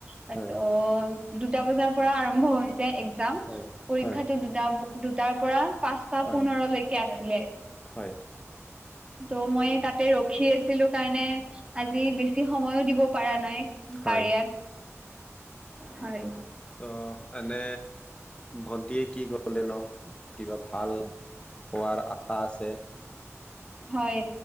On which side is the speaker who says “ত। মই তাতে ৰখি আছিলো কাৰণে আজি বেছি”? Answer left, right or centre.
Right